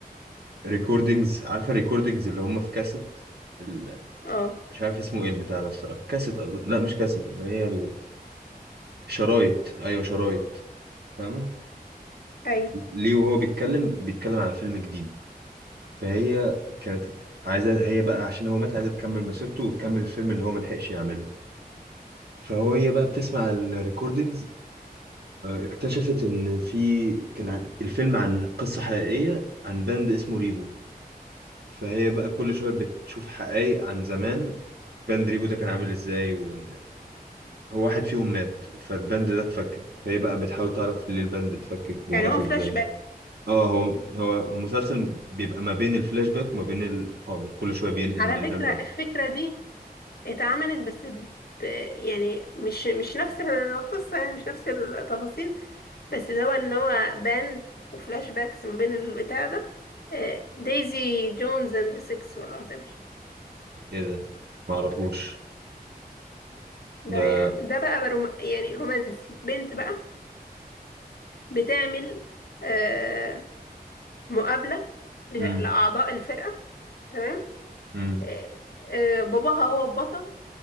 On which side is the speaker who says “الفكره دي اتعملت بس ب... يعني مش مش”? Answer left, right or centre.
Left